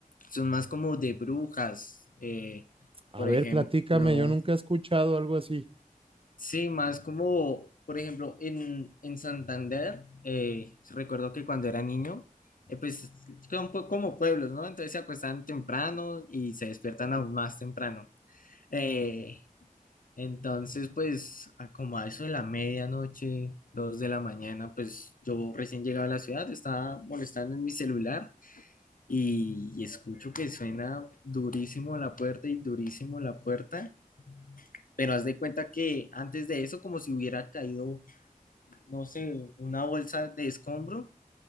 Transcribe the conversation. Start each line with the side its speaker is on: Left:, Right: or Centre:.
Left: Son más como de brujas, eh,
Right: A
Left: por
Right: ver,
Left: ejemplo.
Right: platícame, yo nunca he escuchado algo así.
Left: Sí, más como, por ejemplo, en, en Santander, eh, recuerdo que cuando era niño, eh, pues son po- como pueblos, ¿no? Entonces se acuestan temprano y se despiertan aún más temprano. Eh, entonces, pues, a como a eso de la medianoche, dos de la mañana, pues yo recién llegaba a la ciudad, estaba molestando en mi celular y, y escucho que suena durísimo la puerta y durísimo la puerta, pero haz de cuenta que antes de eso, como si hubiera caído, no sé, una bolsa de escombro